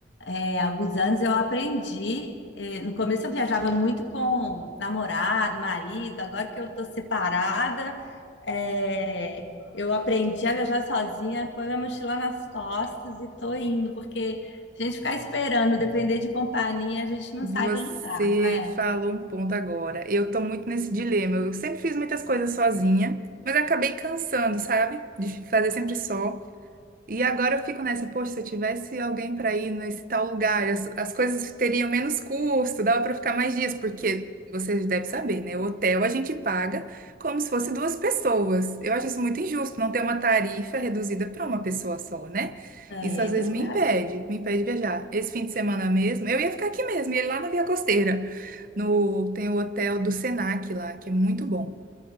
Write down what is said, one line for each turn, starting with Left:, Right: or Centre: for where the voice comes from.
Left: é, há alguns anos eu aprendi. é, no começo eu viajava muito com namorado, marido. Agora que eu tô separada, é, eu aprendi a viajar sozinha, põe minha mochila nas costas e tô indo, porque se a gente ficar esperando, depender de companhia, a gente
Right: <laughs>
Left: não
Right: Você
Left: sai do lugar, né?
Right: falou um ponto agora. Eu tô muito nesse dilema. Eu sempre fiz muitas coisas sozinha, mas acabei cansando, sabe? De fazer sempre só. E agora eu fico nessa, poxa, se eu tivesse alguém para ir nesse tal lugar, as, as coisas teriam menos custo, dava para ficar mais dias, porque vocês devem saber, né? O hotel a gente paga como se fosse duas pessoas. Eu acho isso muito injusto, não ter uma tarifa reduzida para uma pessoa só, né?
Left: É,
Right: Isso às
Left: é
Right: vezes
Left: verdade.
Right: me impede, me impede de viajar. Esse fim de semana mesmo, eu ia ficar aqui mesmo, ia lá na Via Costeira, no, tem o hotel do Senac lá, que é muito bom.